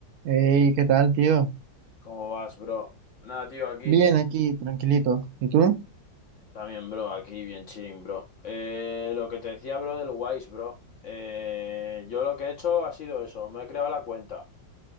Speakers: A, on the right; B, on the left.
A: Hey, ¿qué tal, tío?
B: ¿Cómo vas, bro? Nada, tío, aquí.
A: Bien, aquí, tranquilito. ¿Y tú?
B: También, bro, aquí bien chilling, bro. Eh, lo que te decía, bro, del Wise, bro. Eh, yo lo que he hecho ha sido eso, me he creado la cuenta.